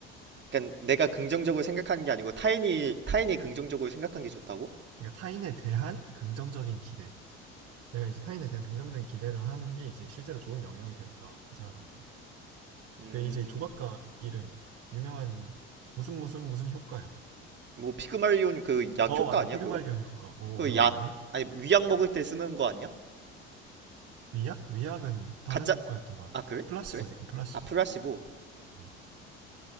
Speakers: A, on the right (about 35°); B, on the right (about 50°).
A: 그러니까 내가 긍정적으로 생각하는 게 아니고 타인이 타인이 긍정적으로 생각한 게 좋다고?
B: 그러니까 타인에 대한 긍정적인 기대. 내가 이제 타인에 대한 긍정적인 기대를 하는 게 이제 실제로 좋은 영향이 된다. 그 사람한테.
A: 음,
B: 그 이제 조각가 이름 유명한 무슨 무슨 무슨 효과야.
A: 뭐 피그말리온 그 약
B: 어
A: 효과
B: 맞아
A: 아니야
B: 피그말리언
A: 그거?
B: 효과. 오
A: 그
B: 이거
A: 약
B: 안 해?
A: 아니 위약 먹을 때 쓰는 거 아니야?
B: 위약? 위약은 다른
A: 가짜
B: 효과였던 것 같은데.
A: 아 그래?
B: 플라시보
A: 그래?
B: 지금 플라시보.
A: 아 플라시보
B: 어,